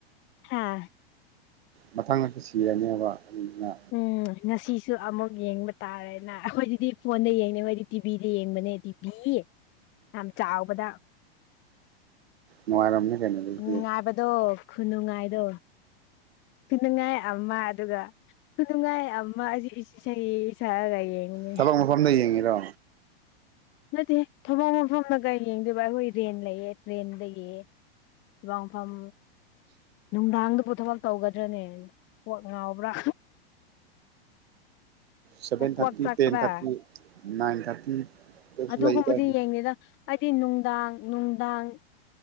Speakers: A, on the left (about 40°); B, on the right (about 80°).
A: ꯍꯥꯥ
B: ꯃꯊꯪꯗꯗꯤ ꯁꯤꯔꯅꯤ ꯍꯥꯏꯕ ꯑꯔꯖꯦꯟꯇꯤꯅꯥ
A: ꯎꯝ <unintelligible> ꯉꯁꯤꯁꯨ ꯑꯃꯨꯛ ꯌꯦꯡꯕ ꯇꯥꯔꯦꯅꯥ ꯑꯩꯈꯣꯏꯗꯗꯤ ꯐꯣꯟꯗ ꯌꯦꯡꯗꯦꯕ ꯑꯩꯗꯤ ꯇꯤꯚꯤꯗ ꯌꯦꯡꯕꯅꯦ ꯇꯤꯚꯤ ꯌꯥꯝ ꯆꯥꯎꯕꯗ
B: ꯅꯨꯡꯉꯥꯏꯔꯝꯅꯤ ꯀꯩꯅꯣ ꯑꯗꯨꯗꯤ
A: ꯎꯝ ꯉꯥꯕꯗꯣ ꯈꯨꯅꯨꯡꯉꯥꯏꯗꯣ ꯈꯨꯅꯨꯡꯉꯥꯏ ꯑꯃ ꯑꯗꯨꯒ ꯈꯨꯅꯨꯡꯉꯥꯏ ꯑꯃ ꯑꯩꯁꯨ ꯏꯁꯩ ꯁꯛꯑꯒ ꯌꯦꯡꯉꯨꯅꯦ
B: ꯊꯕꯛ ꯃꯐꯝꯗ ꯌꯦꯡꯉꯤꯔꯣ
A: ꯅꯠꯇꯦꯍꯦ ꯊꯕꯛ ꯃꯐꯝꯗꯒ ꯌꯦꯡꯗꯦꯕ ꯑꯈꯣꯏ ꯔꯦꯟ ꯂꯩꯌꯦ ꯔꯦꯟꯗꯒꯤ ꯊꯕꯛ ꯃꯐꯝ ꯅꯨꯡꯗꯥꯡꯗꯕꯨ ꯊꯕꯛ ꯇꯧꯒꯗ꯭ꯔꯅꯦ ꯄꯣꯠ ꯉꯥꯎꯕ꯭ꯔꯥ
B: ꯁꯚꯦꯟ
A: ꯀꯣꯛ
B: ꯊꯥꯔꯇꯤ
A: ꯆꯥꯛꯄ꯭ꯔꯥ
B: ꯇꯦꯟ ꯊꯥꯔꯇꯤ ꯅꯥꯏꯟ ꯊꯥꯔꯇꯤ ꯗꯁꯨ
A: ꯑꯗꯨꯒꯨꯝꯕꯗꯤ
B: ꯂꯩꯗꯥꯏꯅꯦ
A: ꯌꯦꯡꯗꯦꯗ ꯑꯩꯗꯤ ꯅꯨꯡꯗꯥꯡ ꯅꯨꯡꯗꯥꯡ